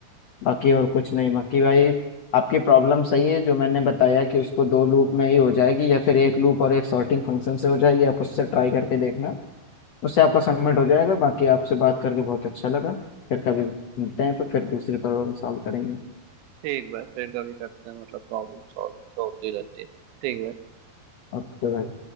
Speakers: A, on the left; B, on the right.
A: बाकी और कुछ नहीं बाकी भाई आपकी प्रॉब्लम सही है जो मैंने बताया कि उसको दो लूप में ही हो जाएगी या फिर एक लूप और एक सॉर्टिंग फंक्शन से हो जाएगी आप उससे ट्राई करके देखना उससे आपका सबमिट हो जाएगा बाकी आपसे बात करके बहुत अच्छा लगा फिर कभी मिलते हैं तो फिर दूसरी प्रॉब्लम सॉल्व करेंगे
B: ठीक भाई फिर कभी करते हैं मतलब प्रॉब्लम सॉल्विंग तो होती रहती है ठीक भाई
A: ओके भाई